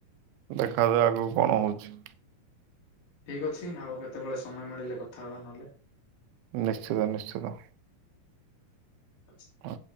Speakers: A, on the right; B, on the left.
A: ଦେଖାଯାଉ ଆଗକୁ କଣ ହଉଛି?
B: ଠିକ ଅଛି ଆଉ କେତେବେଳେ ସମୟ ମିଳିଲେ କଥା ହେବା ନହେଲେ।
A: ନିଶ୍ଚିତ ନିଶ୍ଚିତ।
B: ଆଛା।
A: ହ